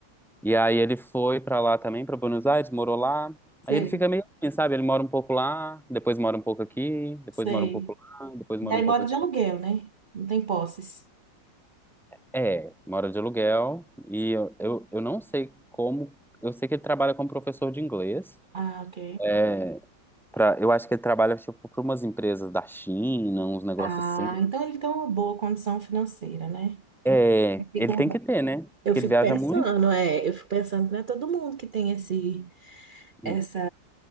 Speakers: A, in the centre; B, on the right.
A: E aí ele foi pra lá também, pra Buenos Aires, morou lá.
B: sei,
A: Aí ele fica meio assim, sabe? Ele mora um pouco lá, depois mora um pouco aqui, depois
B: sei.
A: mora um pouco lá, depois mora
B: E aí
A: um pouco
B: mora
A: aqui.
B: de aluguel, né? Não tem posses.
A: É, mora de aluguel e eu, eu, eu não sei como. Eu sei que ele trabalha como professor de inglês.
B: Ah, ok.
A: É, pra, eu acho que ele trabalha tipo, para umas empresas da China, uns negócios
B: Ah,
A: assim.
B: então ele tem uma boa condição financeira, né?
A: É,
B: Eu fico,
A: ele tem que ter, né? Porque
B: eu fico
A: ele viaja
B: pensando,
A: muito.
B: é, eu fico pensando, não é todo mundo que tem esse, essa
A: Hum.